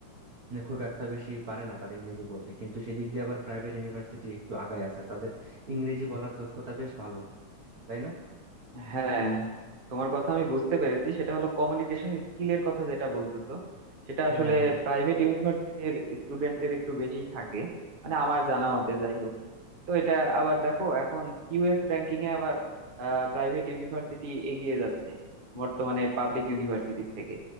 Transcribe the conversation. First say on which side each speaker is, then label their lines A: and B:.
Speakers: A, on the right; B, on the right.
A: মানে খুব একটা বেশি পারে না তার ইংরেজি বলতে কিন্তু সেদিক দিয়ে আবার প্রাইভেট ইউনিভার্সিটি একটু আগায় আছে তাদের ইংরেজি বলার দক্ষতা বেশ ভালো তাই না
B: হ্যাঁ তোমার কথা আমি বুঝতে পেরেছি সেটা হলো কমিউনিকেশন স্কিলের কথা যেটা বলতেছো সেটা আসলে
A: হ্যাঁ হ্যাঁ
B: প্রাইভেট ইউনিভার্সিটির স্টুডেন্টদের একটু বেশিই থাকে মানে আমার জানা মতে যাই হোক তো এটা আবার দেখো এখন কিউএস র্যাঙ্কিং এ আবার প্রাইভেট ইউনিভার্সিটি এগিয়ে যাচ্ছে বর্তমানে পাবলিক ইউনিভার্সিটির থেকে